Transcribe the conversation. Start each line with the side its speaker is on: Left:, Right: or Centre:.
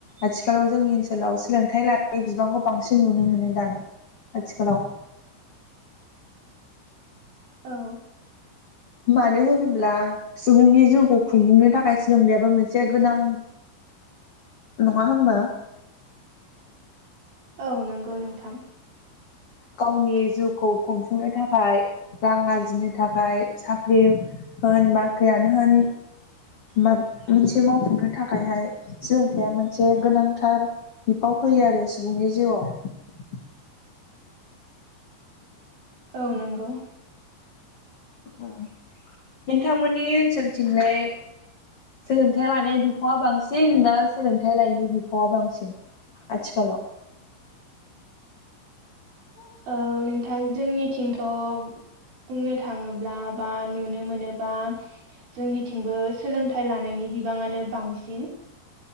Left: आथिखालाव जोंनि ओनसोलाव। सोलोंथाइ लानाय बिबांखौ बांसिन नुनो मोनो दाना। आथिखालाव
Right: औ
Left: मानो होनोब्ला सुबुंनि जिउखौ खुंफुंनो थाखाय सोलोंनायाबो मोनसे गोनां नङा होमबा?
Right: औ नंगौ नोंथां।
Left: गावनि जिउखौ खुंफुंनो थाखाय रां आरजिनो थाखाय साख्रि होन बाख्रियानो होन मा। मोनसे मावफुंनो थाखायहाय सोलोंथाइया मोनसे गोनां। थार बिफाव होयो आरो सुबुंनि जिउआव।
Right: औ नंगौ
Left: ओं नोंथांमोननि ओनसोलथिंलाय सोलोंथाइ लानाय बिफावा बांसिन ना सोलोंथाइ लायैनि बिफावा बांसिन? आथिखालाव
Right: <inaudible> औ नोंथां जोंनिथिंथ' बुंनो थाङोब्ला बा नुनो मोनोबा जोंनिथिंबो सोलोंथाइ लानायनि बिबाङानो बांसिन